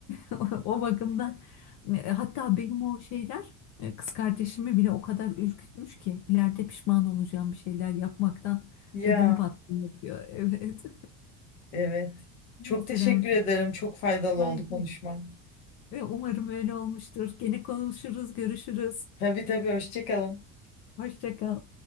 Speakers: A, on the left; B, on the left.
A: <laughs> O bakımdan e, hatta benim o şeyler e, kız kardeşimi bile o kadar ürkütmüş ki ileride pişman olacağım bir şeyler yapmaktan
B: Ya
A: ödüm patlıyor diyor. <laughs> Evet.
B: evet. Çok
A: Evet
B: teşekkür
A: İrem çok
B: ederim. Çok faydalı
A: güzel.
B: oldu konuşma.
A: Ve umarım öyle olmuştur. Gene konuşuruz, görüşürüz.
B: Tabii tabii hoşça kalın.
A: Hoşça kal.